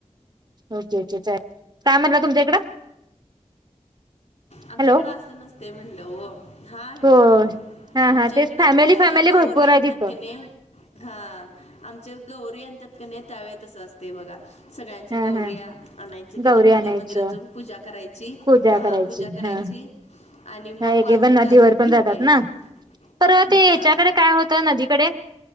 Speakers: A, on the right; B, on the left.
A: ओके ओके चाल काय म्हटलं तुमच्या इकडं
B: आमच्या
A: हॅलो
B: इकडं असं नसतयं म्हणलं ओ. हा हॅलो,
A: हो हा
B: आमच्या
A: हा तेच
B: इकडं
A: फॅमिली
B: त्या
A: फॅमिली
B: गौरी
A: भरपूर
B: आणत्यात
A: आहे तिथं
B: कणी, हा आमच्यात गौरी आणत्यात का नाही त्यावेेळेस तसं असतंय बघा. सगळ्यांच्या
A: हा
B: गौऱ्या
A: हा
B: आणायची तिथं
A: गौरी
B: महादेव
A: आणायचं
B: मंदिरात जाऊन पूजा करायची.
A: पूजा
B: हा.
A: करायची
B: पूजा करायची
A: हा
B: आणि मग
A: हा एक
B: वाजत
A: पण नदीवर
B: गाजत
A: पण
B: घेऊन
A: जातात
B: यायचं.
A: ना परवा ते
B: हा
A: ह्याच्याकडे काय होतं नदीकडे